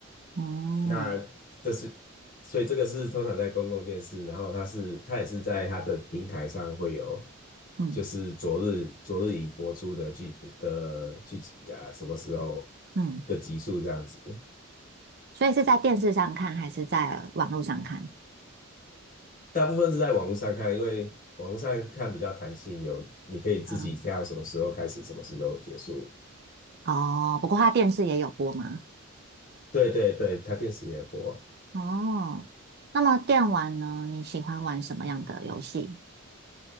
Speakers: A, on the right (about 50°); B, on the left (about 40°).
A: 嗯
B: 那这是，所以这个是通常在公共电视，然后它是它也是在它的平台上会有，
A: 嗯
B: 就是昨日昨日已播出的剧的剧集啊，什么时候
A: 嗯，
B: 的集数这样子。
A: 所以是在电视上看还是在网络上看？
B: 大部分是在网络上看，因为网络上看比较弹性，有你可以自己挑什么时候开始，
A: 嗯，
B: 什么时候结束。
A: 哦，不过它电视也有播吗？
B: 对对对，它电视也播。
A: 哦，那么电玩呢？你喜欢玩什么样的游戏？